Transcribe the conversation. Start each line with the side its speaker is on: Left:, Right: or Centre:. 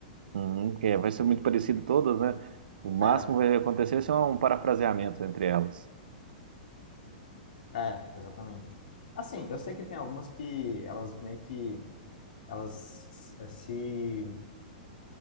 Right: Uhum, que é, vai ser muito parecido todas, né? O máximo
Left: É,
Right: que vai acontecer é um parafraseamento entre elas.
Left: é, exatamente. Assim, eu sei que tem algumas que elas meio que elas se,